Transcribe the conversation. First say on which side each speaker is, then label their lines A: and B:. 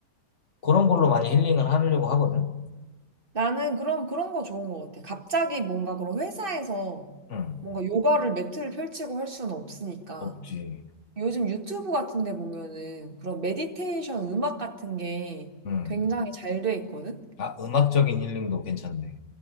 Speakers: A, on the left; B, on the right.
A: 그런 걸로
B: 조-
A: 많이 힐링을 하려고 하거든.
B: 나는 그럼 그런 거 좋은 것 같아. 갑자기 뭔가 그런 회사에서
A: 응,
B: 뭔가 요가를 매트를 펼치고 할 수는 없으니까.
A: 없지.
B: 요즘 유튜브 같은 데 보면은 그런 메디테이션 음악 같은 게
A: 응.
B: 굉장히 잘 돼 있거든?
A: 아, 음악적인 힐링도 괜찮네.